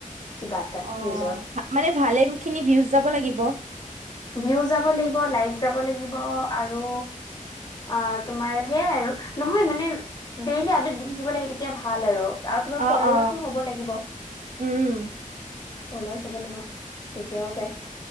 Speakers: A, on the left; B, on the right.
A: কিবা এটা
B: অ'
A: নিজৰ
B: মানে ভালেখিনি ভিউজ যাব লাগিব।
A: ভিউজ যাব লাগিব, লাইক যাব লাগিব, আৰু অ' তোমাৰ সেয়াই আৰু নহয় মানে ডেইলি আপডেট দি থাকিব লাগে তেতিয়া ভাল আৰু। আৰু তোমাৰ
B: অ
A: ফল'ৱাৰছো
B: অ।
A: হ'ব লাগিব।
B: উম।
A: ফল'ৱাৰছ হব লাগিব, তেতিয়াও যায়।